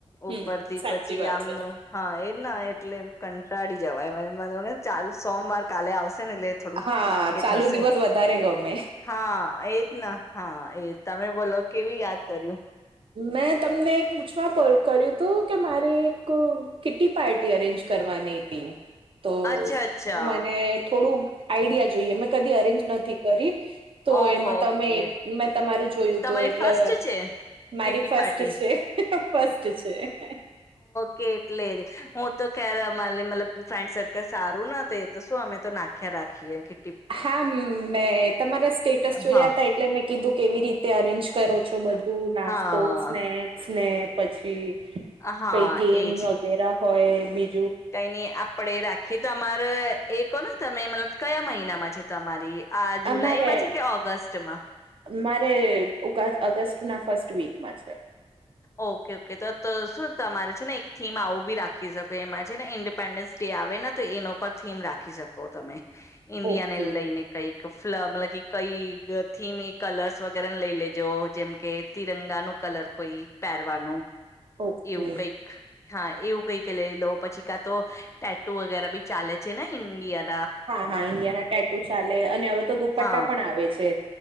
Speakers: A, on the right; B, on the left.
A: હમ
B: ઉપરથી
A: સાચી
B: પછી
A: વાત
B: આમનું
A: છે
B: હા એજ ના એટલે કંટાળી <unintelligible> જવાય ચાલ સોમવાર કાલે આવશે ને એટલે થોડું
A: હા
B: એ
A: ચાલું
B: થશે
A: દિવસ વધારે ગમે
B: હા એજ હા એજ તમે બોલો કેવી યાદ કર્યું
A: મેં તમને પૂછવા કર્યું હતું કે મારે એક કીટી પાર્ટી અરેન્જ કરવાની હતી. તો
B: અચ્છા અચ્છા
A: મને થોડું આઈડિયા જોઈએ મે કદી અરેન્જ નથી કરી તો
B: ઓહો
A: એમાં
B: ઓકે
A: તમે એક મેં તમારે જોયું હતું
B: તમારી
A: એટલે
B: ફર્સ્ટ છે
A: મારી
B: કીટી
A: ફસ્ટ
B: પાર્ટી.
A: છે ફસ્ટ છે.
B: કે એટલે જ હું તો ખેર અમારી મતલબ ફ્રેન્ડ સર્કલ સારું ન હત એ તો શું અમે તો નાખ્યા રાખી ખીએ કે
A: હા મેં તમારા સ્ટેટસ જોયા
B: હા
A: હતા એટલે મેં કીધું કેવી રીતે અરેન્જ કરો છો બધું નુ નાસ્તો
B: હા.
A: સ્નેક્સ ને પછી
B: હા
A: કઈ ગેમ
B: એજ
A: વગેરે હોય બી
B: કઈ નઈ આપડે રાખીએ તમારે એ કોહ ને તમે મતલબ કયા મહિનામાં છે તમારી આ જુલાઈ
A: અમારે
B: માં છે કે ઓગસ્ટમાં
A: મારે ઓગ અગસ્ત ના ફર્સ્ટ વીકમાં છે.
B: ઓકે ઓકે તો તો શું તમારે છે ને એક થીમ આવું બી રાખી શકો એમાં છે ને ઈન ડિ પેન્ડન્સ ડે આવે ને તો એનો પર થીમ રાખી શકો તમે ઈન્ડિયા
A: ઓકે
B: ને લઈને કઈ મતલબ કે કઈ થીમ એ કલર્સ વગેરેને લઈ લેજો જેમ કે તિરંગાનું કલર કોઈ પહેરવાનું
A: ઓકે.
B: એવું કઈક હા એવું કઈક લઈ લો પછી કા તો ટેટો વગેરે બી ચાલે છે ને ઇન્ડિયા
A: હા હા ઇન્ડિયાના ટેટુ ચાલે અને હવે તો દુપટ્ટા
B: હા
A: પણ આવે છે.